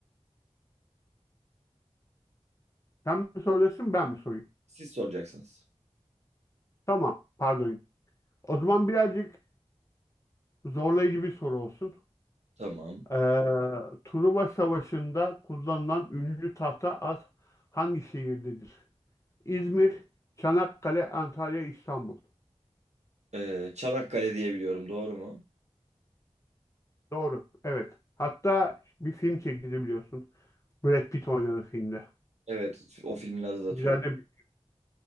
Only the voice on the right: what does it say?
Siz soracaksınız.
Tamam.
Ee, Çanakkale diye biliyorum, doğru mu?
Evet, o filmin adı da
Truva.